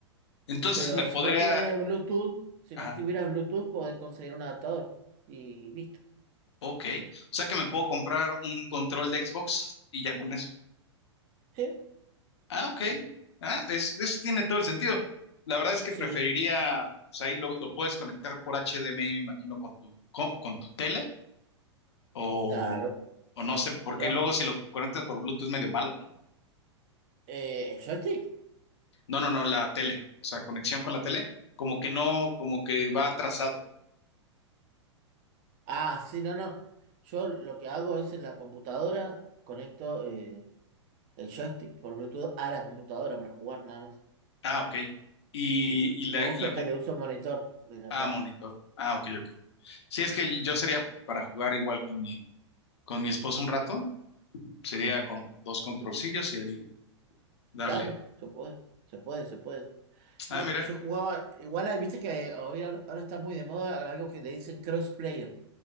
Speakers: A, on the left (about 60°); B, on the right (about 40°).
A: entonces
B: Pero
A: me
B: si
A: podría...
B: no tiene Bluetooth, si
A: ajá.
B: no tuvieras Bluetooth, podés conseguir un adaptador y listo.
A: Ok, o sea que me puedo comprar un control de Xbox y ya con eso.
B: Sí,
A: Ah, ok. Ah, es- eso tiene todo el sentido. La verdad es que
B: sí,
A: preferiría, o sea, ahí lo, lo puedes conectar por HDMI, me imagino, con tu, con, con tu tele o,
B: claro.
A: o no sé, porque
B: Pero,
A: luego si lo conectas por Bluetooth es medio malo, ¿no?
B: eh, el joystick.
A: No, no, no, la tele, o sea, conexión con la tele, como que no, como que va atrasado.
B: Ah, sí, no, no. Yo lo que hago es en la computadora, conecto eh, el joystick por Bluetooth a la computadora para jugar nada más.
A: Ah, ok. Y,
B: N-
A: y
B: No
A: la, y
B: uso
A: la comp-
B: tele, uso monitor de la
A: ah,
B: compu.
A: monitor. Ah, ok, ok. Sí, es que yo sería para jugar igual con mi, con mi esposo un rato. Sería
B: Sí.
A: con dos controlcillos y ahí darle.
B: Claro, se puede, se puede, se puede. Y
A: Ah,
B: después
A: mira,
B: yo jugaba, igual ahí, viste que hoy- ahora está muy de moda algo que le dicen crossplayer,